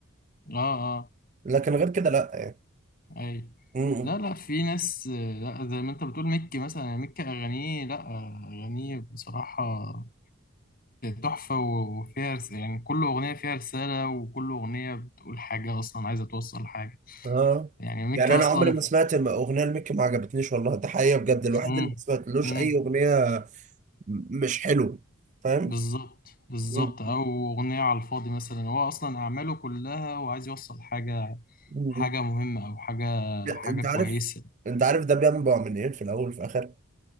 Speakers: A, on the left (about 45°); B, on the right (about 35°).
A: اه آه.
B: لكن غير كده لا يعني
A: اي
B: م- م.
A: لا لا في ناس آه، لا زي ما انت بتقول مكي مثلا مكي اغانيه لا آه، اغانيه بصراحة آه، تحفة و- وفيها رس- يعني كل اغنية فيها رسالة وكل اغنية بتقول حاجة اصلا عايزة توصل حاجة
B: اه
A: يعني مكي
B: يعني
A: اصلا
B: انا عمري ما سمعت م- اغنيه لميكي ما عجبتنيش والله ده حقيقه بجد الواحد
A: امم
B: اللي ما سمعتلوش
A: امم
B: اي اغنيه م- مش حلو فاهم
A: بالظبط بالظبط
B: م-
A: او اغنية على الفاضي مثلا هو اصلا اعماله كلها وعايز يوصل حاجة
B: م.
A: حاجة مهمة او حاجة
B: لا،
A: حاجة
B: انت
A: كويسة
B: عارف انت عارف ده بينبع من ايه في الاول وفي الاخر